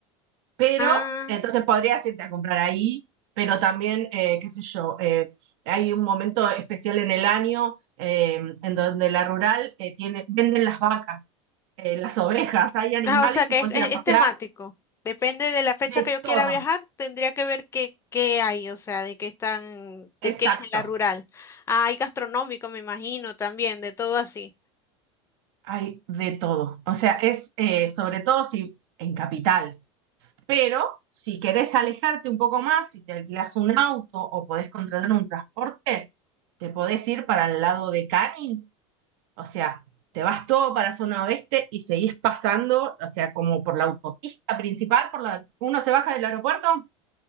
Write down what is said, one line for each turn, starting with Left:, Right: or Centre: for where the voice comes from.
Right: pero
Left: Ah,
Right: entonces podrías irte a comprar ahí, pero también, eh, qué sé yo, eh, hay un momento especial en el año eh, en donde la rural eh, tiene, venden las vacas, eh, las ovejas, hay animales
Left: ah, o sea que
Right: y puedes
Left: es, es-
Right: ir a pasear
Left: es temático. Depende de la fecha
Right: de
Left: que yo
Right: todo,
Left: quiera viajar, tendría que ver qué, qué hay, o sea, de qué están,
Right: exacto,
Left: de qué es en la rural. Ah, hay gastronómico, me imagino, también, de todo así.
Right: hay de todo. O sea, es eh, sobre todo si en capital, pero si querés alejarte un poco más, si te alquilas un auto o podés contratar un transporte, te podés ir para el lado de Canning O sea, te vas todo para zona oeste y seguís pasando, o sea, como por la autopista principal, por la, uno se baja del aeropuerto,